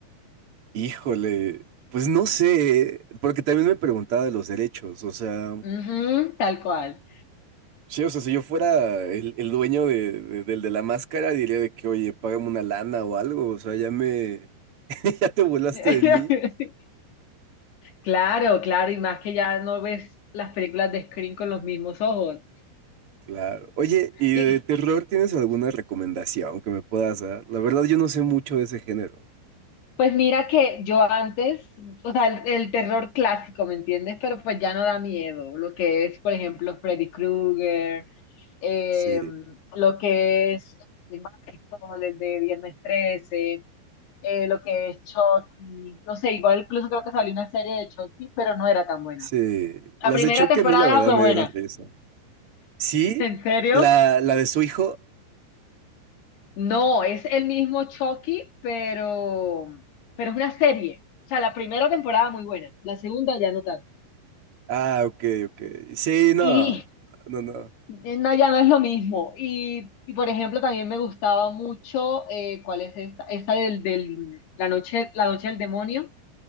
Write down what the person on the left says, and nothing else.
Ujú, tal cual.
<laughs>
Claro, claro, y más que ya no ves las películas de Scream con los mismos ojos.
y
Pues mira que yo antes, o sea, el, el terror clásico, ¿me entiendes? Pero pues ya no da miedo. Lo que es, por ejemplo, Freddy Krueger, eh,
lo que es el Michael, el de Viernes 13, eh, lo que es Chucky. No sé, igual incluso creo que salió una serie de Chucky, pero no era tan buena.
La primera
temporada
fue
buena.
¿En serio?
No, es el mismo Chucky, pero, pero es una serie. O sea, la primera temporada muy buena, la segunda ya no tanto.
Y
eh, no, ya no es lo mismo. Y, y, por ejemplo, también me gustaba mucho, eh, ¿cuál es esta? Esta del, del- la noche, la noche del demonio